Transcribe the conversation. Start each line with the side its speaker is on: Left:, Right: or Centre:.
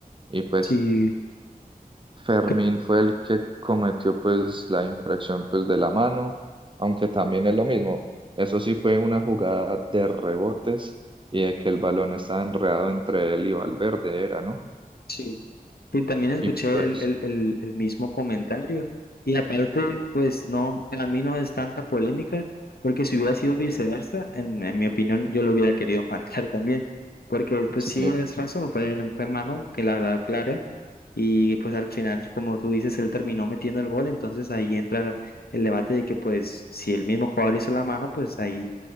Right: Y pues
Left: Sí,
Right: Fermín
Left: cre-
Right: fue el que cometió pues la infracción pues de la mano, aunque también es lo mismo. Eso sí fue una jugada de rebotes y de que el balón estaba enredado entre él y Valverde, era, ¿no?
Left: sí. Y también escuché
Right: Y pues,
Left: el, el, el, el mismo comentario. Y aparte, pues no, para mí no es tanta polémica, porque si hubiera sido viceversa, en, en mi opinión, yo lo hubiera querido <laughs> marcar también. Porque, pues
Right: sí,
Left: sí, es razón, fue, fue mano que la da clara Y pues al final, como tú dices, él terminó metiendo el gol, entonces ahí entra el debate de que pues si el mismo jugador hizo la mano, pues ahí